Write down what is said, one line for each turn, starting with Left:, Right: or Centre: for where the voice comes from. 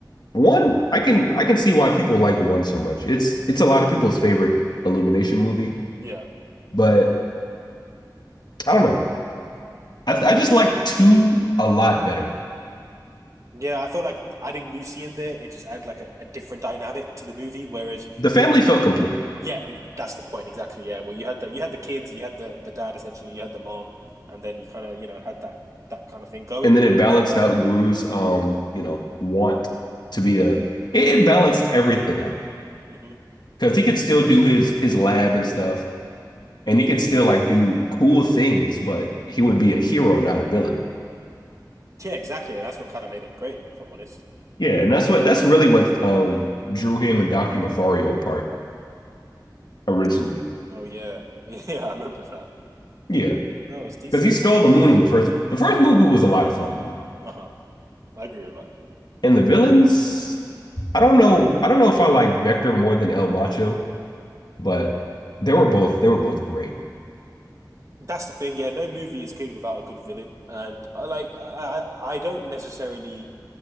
Left: One, I can I can see why people like one so much. It's it's a lot of people's favorite Illumination movie,
Right: Yeah.
Left: but I don't know. I, I just like two a lot better.
Right: Yeah. I feel like adding Lucy in there, it just add like a, a different dynamic to the movie. Whereas
Left: The family
Right: Gru,
Left: felt complete,
Right: yeah, it- that's the point exactly. Yeah. Well, you had the you had the kids, you had the the dad essentially, you had the mom, and then you kind of you know had that that kind of thing going,
Left: and then
Right: and
Left: it
Right: it,
Left: balanced
Right: it felt better.
Left: out Gru's um, you know, want to be a. It, it balanced everything out
Right: hmm
Left: because he could still do his his lab and stuff, and he could still like do cool things, but he would be a hero, not a villain.
Right: Yeah, exactly. And that's what kind of made it great, if I'm honest.
Left: Yeah, and that's what that's really what um drew him and Doctor Nefario apart originally.
Right: Oh, oh yeah. <laughs> Yeah, I remember that.
Left: Yeah,
Right: That was decent.
Left: because he stole the moon in the first. The first movie was a lot of fun though,
Right: Uh-huh. I agree with that.
Left: and the villains I don't know. I don't know if I like Vector more than El Macho, but they were both they were both great.
Right: That's the thing, yeah. No movie is good without a good villain. And I like I I I don't necessarily